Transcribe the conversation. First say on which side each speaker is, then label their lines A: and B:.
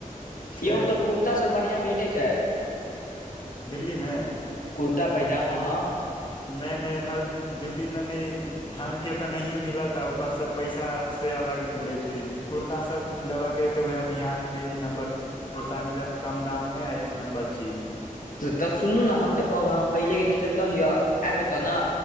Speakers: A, on the left (about 35°); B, on the left (about 70°).
A: फेर
B: यौ तऽ कुर्तासभ बढ़िया भेटै छै
A: दिल्लीमे
B: कुर्ता पैजामाअ
A: नहि नहि एम्हर दिल्लीमे नहि ढंग के तऽ नहिए मिलत ऊपर से पैसा से अलग लै छै कुर्ता सब लेबकेहेतैऽ उएह बिहारमे एक नम्बर कुर्ता मिलत कम दाममे आ एक नम्बर चीज
B: तऽ सुनलूं न हम तऽ कहब ह पहिलेके टिकट लऽ लिअ एब एत ने